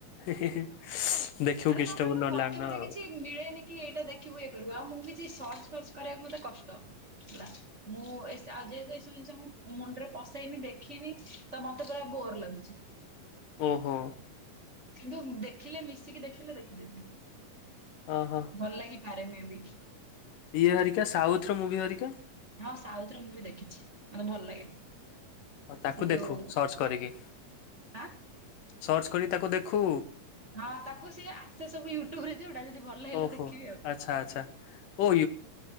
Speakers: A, on the left; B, on the right.
A: ଦେଖିବୁ
B: ଆରେ
A: କିଷ୍ଟବ
B: କଣ କହିଲୁ
A: ନ
B: ମତେ
A: ଲ ନ
B: ଗୋଟେ କିଛି ମିଳେନି କି ଏଇଟା ଦେଖିବୁ ଇଏ କରିବୁ ଆଉ ମୁଁ କିଛି ସର୍ଚ୍ଚ ଫର୍ଚ କରିବାକୁ ମତେ କଷ୍ଟବ ହେଲା ମୁଁ ଏ ଆ <inaudible> ସେ ମୁଣ୍ଡରେ ପସେଇନି ଦେଖିନି ତ ମତେ ପୁରା ବୋର ଲାଗୁଛି।
A: ଓ ହୋ
B: କିନ୍ତୁ ଦେଖିଲେ ମିଶିକି ଦେଖିଲେ ଦେଖିଦେବି
A: ଓହୋ
B: ଭଲ ଲାଗି ଘରେମ ବି
A: ଇଏ ହରିକା ସାଉଥର ମୁଭି ହରିକା
B: ହଁ ସାଉଥ୍ ର ମୁଭି ଦେଖିଚି, ମତେ ଭଲ ଲାଗେ।
A: ତାକୁ
B: ସେ ଯୋଉ
A: ଦେଖୁ ସର୍ଚ୍ଚ କରିକି।
B: ଆଁ
A: ସର୍ଚ୍ଚ କରିକି ତାକୁ ଦେଖୁ।
B: ହଁ ତାକୁ ସିଏ ଆ ସେ ସବୁ ୟୁଟ୍ୟୁବରେ ଯଉଡା ଯଦି ଭଲ ଲାଗିଲା
A: ଓହୋ
B: ଦେଖିବି ଆଉ।
A: ଆଚ୍ଛା ଆଚ୍ଛା। ଓ